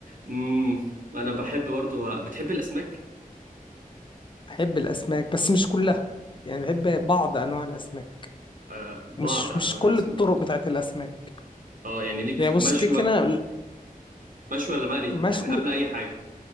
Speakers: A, on the right; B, on the left.
A: امم انا بحب برضو بتحب الاسماك
B: بحب الاسماك بس مش كلها يعني بحب بعض انواع الاسماك
A: آه بعض
B: مش
A: انواع
B: مش كل
A: الاسماك
B: الطرق بتاعت الاسماك
A: اه يعني ليك
B: يعني
A: في-
B: بص
A: مشوي
B: كيك انا
A: مشوي ولا مقلي
B: مشوي
A: يعني قبل اي حاجه